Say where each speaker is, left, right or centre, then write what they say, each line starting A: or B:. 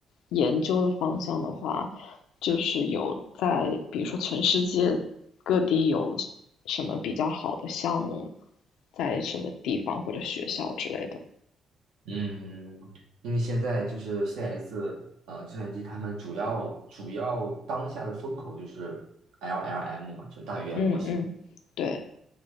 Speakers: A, on the left (about 85°); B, on the right (about 80°).
A: 研究的方向的话，就是有在比如说全世界各地有什么比较好的项目，在什么地方或者学校之类的。
B: 嗯，因为现在就是 CS 呃，计算机他们主要主要当下的风口就是 LLM 嘛，就大语言模型，
A: 嗯嗯，对，